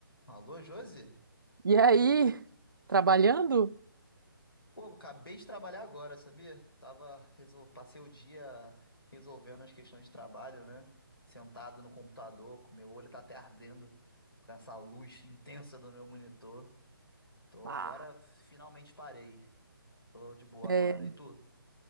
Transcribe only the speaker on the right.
E aí, trabalhando?
Ah,
É,